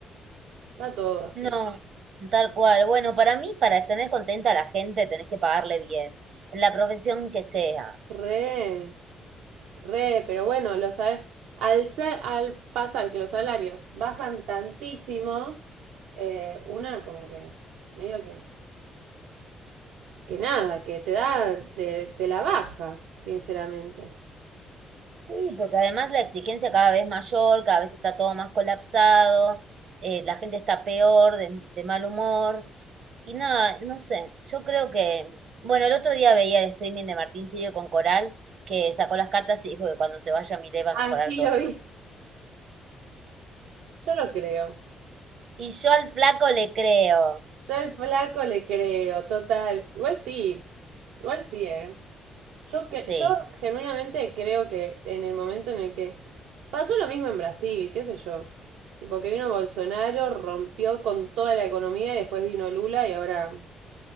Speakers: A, on the right (about 80°); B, on the right (about 60°).
A: Está todo así.
B: No, tal cual. Bueno, para mí, para tener contenta a la gente, tenés que pagarle bien, en la profesión que sea.
A: Re Re, pero bueno, los sal- al, al pasar que los salarios bajan tantísimo, eh, una como que, medio que, que nada, que te da, te, te la baja, sinceramente.
B: Sí, porque además la exigencia cada vez mayor, cada vez está todo más colapsado, eh, la gente está peor, de, de mal humor. Y nada, no sé, yo creo que, bueno, el otro día veía el streaming de Martín Sirio con Coral, que sacó las cartas y dijo que cuando se vaya Milei va
A: Así
B: a mejorar todo.
A: lo vi. Yo lo creo.
B: Y yo al flaco le creo,
A: Yo al flaco le creo, total. Igual sí, igual sí, ¿eh? Yo, que,
B: sí.
A: yo genuinamente creo que en el momento en el que pasó lo mismo en Brasil, qué sé yo, tipo que vino Bolsonaro, rompió con toda la economía y después vino Lula y ahora